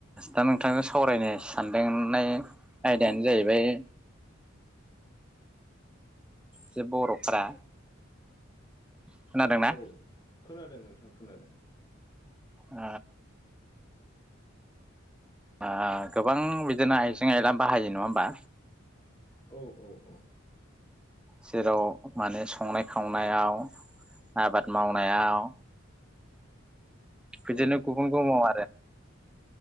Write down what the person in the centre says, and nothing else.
दा नोंथांजों सावरायनो सानदोंनाय आयदायानो जाहैबाय जे बर'फ्रा खोनादोंना?
ओ ओ गोबां बिदिनो आइजें आयला बाहायो नङा होमबा?
जेराव माने संनाय खावनायाव आबाद मावनायाव बिदिनो
गुबुन गुबुन म आरो